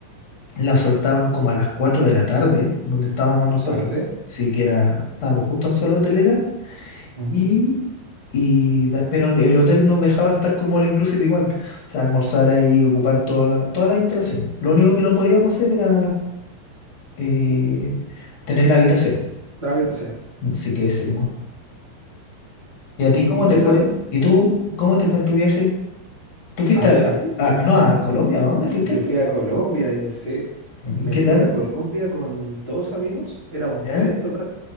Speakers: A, on the left; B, on the right.
A: la soltaban como a las 4 de la tarde, donde estábamos nosotros.
B: la tarde.
A: Sí, que era, estábamos justo en zona hotelera,
B: Ujú,
A: y, y da- pero el hotel nos dejaba estar como all inclusive igual. O sea, almorzar ahí, ocupar toda la- todas las instalaciones. Lo único que no podíamos hacer era eh, tener las habitaciones.
B: Las habitaciones.
A: Así que eso, ¿Y a
B: ¿Y,
A: ti cómo
B: y
A: te
B: qué
A: fue?
B: tal?
A: ¿Y tú cómo te fue en tu viaje? ¿Tú fuiste
B: Amigas,
A: a, Brasil? Ah, no, a Colombia? ¿A dónde fuiste?
B: yo fui a Colombia, Denise.
A: Mm,
B: Me
A: ¿Qué
B: fui
A: tal?
B: a Colombia con dos amigos, éramos
A: ¿Ya?
B: tres en total.